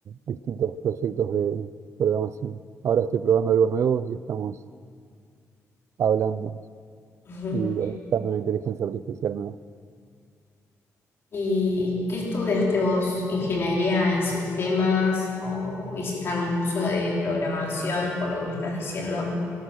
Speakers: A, on the right; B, on the left.
A: distintos proyectos de programación. Ahora estoy probando algo nuevo y estamos hablando
B: Ujú.
A: y analizando una inteligencia artificial nueva.
B: ¿Y qué estudiaste vos? ¿Ingeniería en sistemas o hiciste algún curso de programación por lo que me estás diciendo?